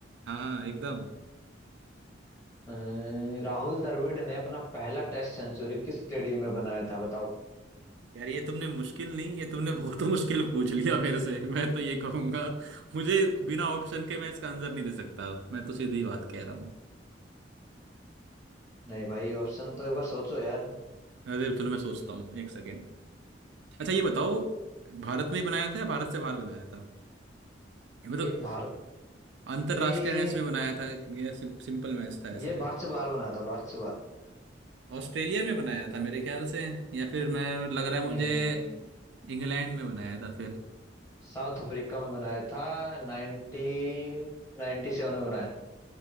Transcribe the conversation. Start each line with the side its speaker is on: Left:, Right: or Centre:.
Right: हाँ हाँ एकदम
Left: अं, राहुल द्रविड़ ने अपना पहला टेस्ट सेंचुरी किस स्टेडियम में बनाया था बताओ
Right: यार ये तुमने मुश्किल नहीं ये तुमने बहुत मुश्किल पूछ लिया मेरे से <laughs> मैं तो ये कहूंगा मुझे बिना ऑप्शन के मैं इसका आंसर नहीं दे सकता मैं तो सीधी बात कह रहा
Left: नहीं भाई ऑप्शन तो एक बार सोचो यार
Right: अरे तो चलो मैं सोचता हूँ एक सेकेंड अच्छा ये बताओ भारत में ही बनाया था या भारत से बाहर बनाया था ये मतलब
Left: ये भारत
Right: अंतरराष्ट्रीय
Left: में ही-
Right: मैच में बनाया था या सिम, सिंपल मैच था ऐसे
Left: ये
Right: ही
Left: भारत से बाहर बनाया था भारत से बाहर
Right: ऑस्ट्रेलिया में बनाया था मेरे ख्याल से या फिर मैं लग रहा है
Left: नहीं
Right: मुझे
Left: नहीं नहीं
Right: इंग्लैंड में बनाया था फिर
Left: साउथ अफ्रीका में बनाया था 1997 में बनाया था